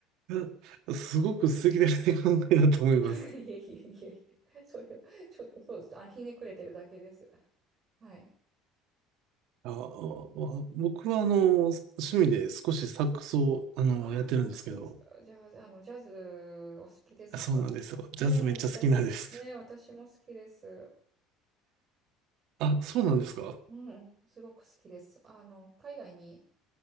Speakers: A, on the right (about 60°); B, on the right (about 30°).
A: ど。<laughs> すごく素敵な考えだと思います。
B: <laughs> いえいえいえいえ。それを、ちょっとそうです。あの、ひねくれてるだけです。はい。
A: あ、あ僕はあの、趣味で少しサックスをあの、
B: ああ、
A: やってるんですけど、
B: サックスですか。じゃあ、あの、ジャズお好きですか
A: あそうなんですよ。
B: うん、
A: ジャズめっちゃ好きなんです。
B: ジャズ。ね、私も好きです。
A: あ、そうなんですか
B: うん、すごく好きです。あの、海外に